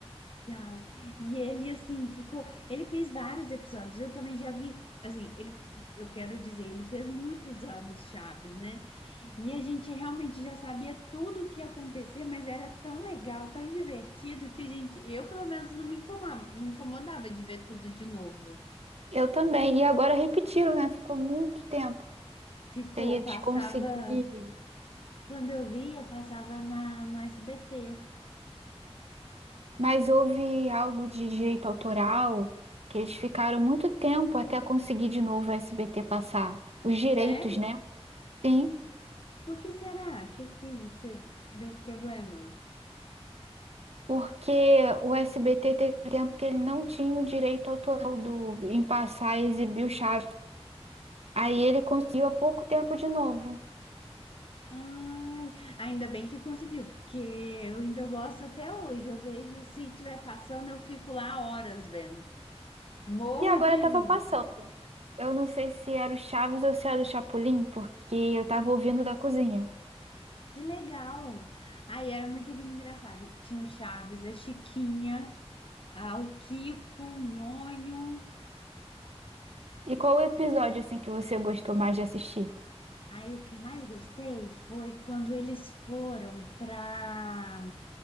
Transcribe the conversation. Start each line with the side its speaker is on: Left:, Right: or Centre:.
Left: Já. E ele, assim, ficou. Ele fez vários episódios. Eu também já vi. Assim, ele, eu quero dizer, ele fez muitos anos Chaves, né? E a gente realmente já sabia tudo o que ia acontecer, mas era tão legal, tão divertido, que a gente. Eu, pelo menos, não me incomodava, não me incomodava de ver tudo de novo.
Right: Eu também. E agora repetiram, né? Ficou muito tempo
Left: Ficou,
Right: sem eles
Left: passava.
Right: conseguirem.
Left: Quando eu via, passava na, no SBT.
Right: Mas houve algo de direito autoral que eles ficaram muito tempo até conseguir de novo o SBT passar. Os direitos,
Left: Sério?
Right: né? Sim,
Left: Por que será? Que que você deu problema?
Right: porque o SBT teve tempo que ele não tinha o direito autoral do, em passar e exibir o Chaves. Aí ele conseguiu há pouco tempo de novo.
Left: Ai, ainda bem que conseguiu, porque eu ainda gosto até hoje. Eu vejo se estiver passando, eu fico lá horas vendo. Morro
Right: E agora
Left: de
Right: estava
Left: rir.
Right: passando. Eu não sei se era o Chaves ou se era o Chapolin, porque eu estava ouvindo da cozinha.
Left: Que legal! Aí era muito engraçado. Tinha o Chaves, a Chiquinha, a- o Kiko, o Nhonho.
Right: E qual o episódio assim que você gostou mais de assistir?
Left: Aí o que eu mais gostei foi quando eles foram para